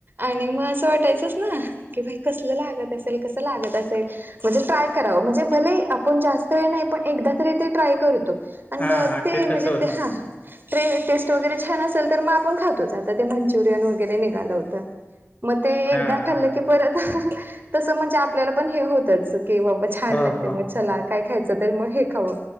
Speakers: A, on the right; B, on the left.
A: आणि मग असं वाटायचंच ना की बाई कसलं लागत असेल कस लागत असेल? म्हणजे ट्राय करावं म्हणजे भले आपण जास्त वेळ नाही पण एकदा तरी ते ट्राय करतो. ब
B: हा हा हा
A: ते म्हणजे
B: तसं होतं
A: ते हा ते टेस्ट वगैरे छान असेल तर मग आपण खातोच आता ते मंचुरियन वगैरे निघालं होतं. मग ते
B: हा
A: एकदा
B: हा
A: खाल्लं की परत ह्ह ह्ह तस म्हणजे आपल्याला पण हे होतच की बाबा छान
B: ह
A: लागते
B: हा
A: मग चला काय खायचं तर मग हे खाऊ